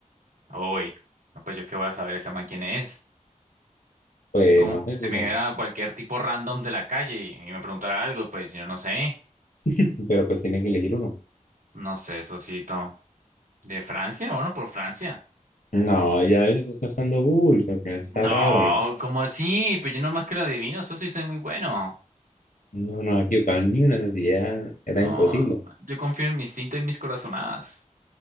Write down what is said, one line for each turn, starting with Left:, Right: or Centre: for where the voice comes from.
Right: Uy, no, pues yo qué voy a saber ese man quién es.
Left: Pues
Right: Como
Left: no sé,
Right: se
Left: supongo.
Right: me viera cualquier tipo random de la calle y me preguntara algo, pues yo no sé.
Left: <laughs> pero pues tiene que elegir uno.
Right: No sé, socito. ¿De Francia? Bueno, por Francia.
Left: No, ya él está usando Google, porque está
Right: No,
Left: raro.
Right: ¿cómo así? Pues yo nomás que lo adivino, socio, y soy muy bueno.
Left: No nos ha equivocado ni una necesidad, era
Right: No,
Left: imposible.
Right: yo confío en mi instinto y mis corazonadas.